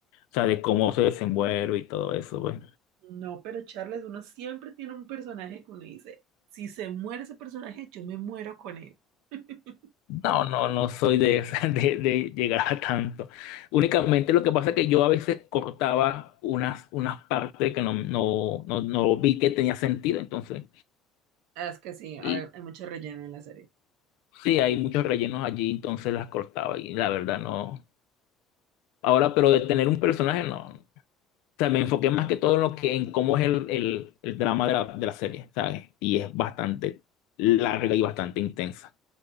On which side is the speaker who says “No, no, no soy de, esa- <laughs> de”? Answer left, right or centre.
Left